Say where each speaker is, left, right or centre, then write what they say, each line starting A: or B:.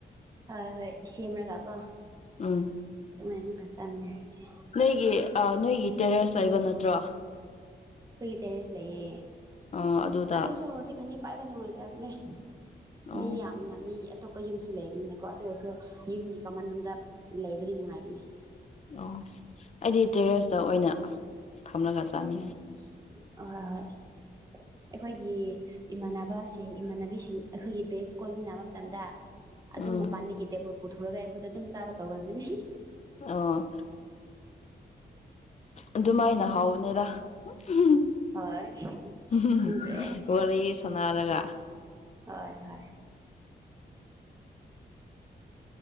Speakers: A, on the right; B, on the left.
A: ꯍꯣꯏ ꯍꯣꯏ ꯁꯦꯝꯂꯒ ꯀꯣ
B: ꯎꯝ
A: ꯑꯗꯨꯃꯥꯏꯅ ꯑꯃꯨꯛꯀ ꯆꯥꯃꯤꯟꯅꯔꯁꯦ
B: ꯅꯣꯏꯒꯤ ꯑ ꯅꯣꯏꯒꯤ ꯇꯦꯔꯦꯁ ꯂꯩꯕ ꯅꯠꯇ꯭ꯔꯣ
A: ꯑꯩꯈꯣꯏꯒꯤ ꯇꯦꯔꯦꯁ ꯂꯩꯌꯦ
B: ꯑꯥ ꯑꯗꯨꯗ
A: ꯑꯗꯨꯁꯨ ꯍꯧꯖꯤꯛ ꯀꯥꯟꯗꯤ ꯄꯥꯏꯕ ꯅꯨꯡꯉꯥꯏꯇ꯭ꯔꯕꯅꯦ
B: ꯑꯣ
A: ꯃꯤ ꯌꯥꯝꯅ ꯃꯤ <unintelligible> ꯑꯇꯣꯞꯄ ꯌꯨꯝꯁꯨ ꯂꯩꯕꯅꯤꯅꯀꯣ ꯑꯗꯨ ꯑꯣꯏꯔꯁꯨ ꯌꯨꯝꯒꯤ ꯀꯃꯟ ꯔꯨꯝꯗ ꯂꯩꯕꯗꯤ ꯅꯨꯡꯉꯥꯏꯕꯅꯦ
B: ꯑꯣ ꯑꯩꯗꯤ ꯇꯦꯔꯦꯁꯇ ꯑꯣꯏꯅ ꯐꯝꯂꯒ ꯆꯥꯃꯤꯟ
A: ꯍꯣꯏ ꯍꯣꯏ ꯑꯩꯈꯣꯏꯒꯤ ꯏꯃꯥꯟꯅꯕꯁꯤꯡ ꯏꯃꯥꯟꯅꯕꯤꯁꯤꯡ ꯑꯩꯈꯣꯏꯒꯤ ꯕꯦꯁ ꯀꯣꯏꯃꯤꯟꯅꯕ ꯃꯇꯝꯗ ꯑꯗꯨꯝ
B: ꯎꯝ
A: ꯃꯄꯥꯟꯗꯒꯤ ꯇꯦꯕꯜ ꯄꯨꯊꯨꯔꯒ ꯑꯩꯈꯣꯏꯗ ꯑꯗꯨꯝ ꯆꯥꯕ ꯇꯧꯒꯟꯕꯅꯤ
B: ꯑꯣ ꯑꯗꯨꯃꯥꯏꯅ ꯍꯥꯎꯕꯅꯤꯗ ꯍꯨꯝ
A: ꯍꯣꯏ
B: ꯍꯨꯝ ꯍꯨꯝ
A: ꯈꯪꯗ꯭ꯔꯦ
B: ꯋꯥꯔꯤ ꯁꯥꯟꯅꯔꯒ
A: ꯍꯣꯏ ꯍꯣꯏ